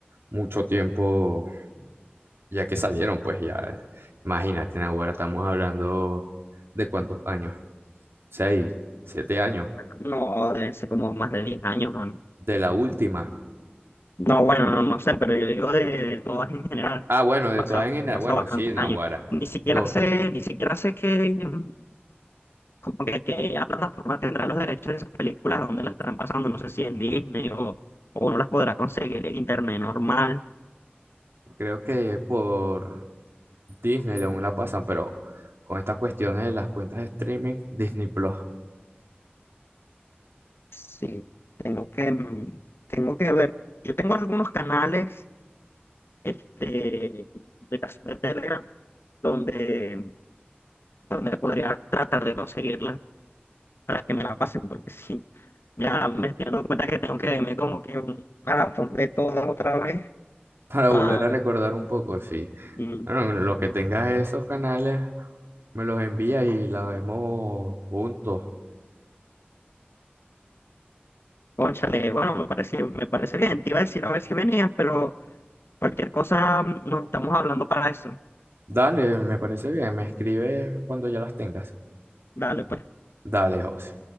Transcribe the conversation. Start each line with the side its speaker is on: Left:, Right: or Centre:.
Right: mucho tiempo ya que salieron, pues ya, imagínate, ahora estamos hablando de cuántos años, seis, siete años,
Left: no, debe ser como más de 10 años, mano.
Right: de la última.
Left: No, bueno, no, no sé, pero yo digo de, de todas en general,
Right: Ah, bueno, de
Left: pasa-
Right: todas en general,
Left: han pasado
Right: bueno,
Left: bastantes
Right: sí, Naguará,
Left: años. Ni siquiera
Right: dos.
Left: sé, ni siquiera sé que, mm, como que, que la plataforma tendrá los derechos de esas películas donde las están pasando, no sé si en Disney o, o uno las podrá conseguir en internet normal.
Right: Creo que por Disney aún la pasan, pero con estas cuestiones de las cuentas de streaming, Disney Plus,
Left: Sí, tengo que, mm, tengo que ver. Yo tengo algunos canales este, de, cas- de Telegram donde, donde podría tratar de conseguirla para que me la pasen, porque sí, ya me estoy dando cuenta que tengo que verme como que un maratón de todo otra vez.
Right: <laughs> para
Left: Ah,
Right: volver a recordar un poco, sí.
Left: y,
Right: Bueno, lo que tengas esos canales, me los envía y la vemos juntos.
Left: cónchale, bueno, me parece, me parece bien. Te iba a decir a ver si venías, pero cualquier cosa mm, nos estamos hablando para eso.
Right: Dale, me parece bien. Me escribes cuando ya las tengas.
Left: Dale, pues.
Right: Dale, José.